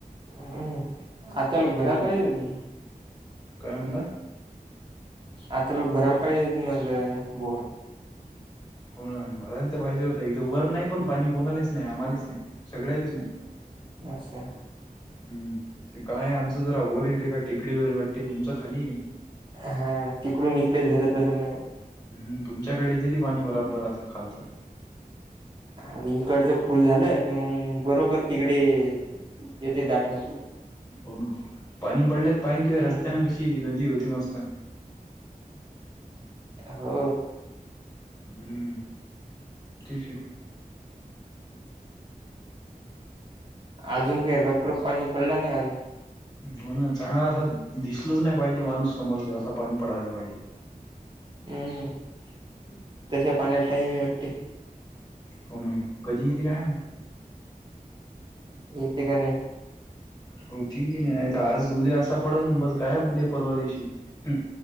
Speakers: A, on the right; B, on the left.
A: हम आता लोक
B: हम्म
A: भरायला पाहिजे
B: काय म्हणला
A: आताल बराल पाहि मल बोर
B: हो भरायला तर पाहिजे होत इथं वर नाही पण पाणी कोणालेच नाही आम्हालेच नाही सगळ्यालाच
A: ण असचा
B: हम् ते काय आमचं जरा वे का टेिकडीवर वाटते तुमच खाली
A: हा तिकडून इकडे झधरत असेल नाही
B: हम् तुमच्याकडे येत ती पाणी बराबर असं खालचं
A: अर इकडचं फुल झालं कि मग बरोबर तिकडे येते दाठवत
B: हो ना पाणी पडल्या पाणी तेिव्हा
A: हम्म
B: रस्त्याने कशी नदी होती मस्त
A: हो
B: हम् ठीक आहे
A: अजून काही रपरप पाणी पडलं नाही अजून
B: हो ना चांगला असा दिसलच नाही पाहिजे माणूस समोर असं पाणी पडायला पाहिजे
A: हम्म तशा पाण्याला टही मी वाटते
B: हो ना कधी येते काय
A: येत का नाही
B: होती बी नाही नाही आज उद्या असा पडल ना बस काय उद्या परवा दिशी ह